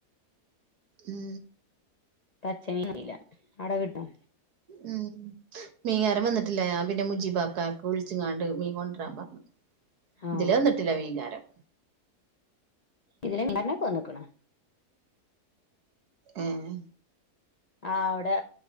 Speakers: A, on the right (about 75°); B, on the left (about 60°).
A: ഉം
B: പച്ചമീനല്ല അട കിട്ടും
A: ഉം മീൻകാരൻ വന്നിട്ടില്ല ഞാൻ പിന്നെ ഞാൻ മുജിബാക്കക്കെ വിളിച്ച് ഇങ്ങാണ്ട് മീൻ കൊണ്ടിരാൻ പറഞ്ഞു
B: ആഹ്
A: ഇതില് വന്നിട്ടില്ല മീങ്കാരം
B: ഇതില് മീൻകാരനക്കെ വനകണ്
A: ഏഹ്
B: ആ് അവിടെ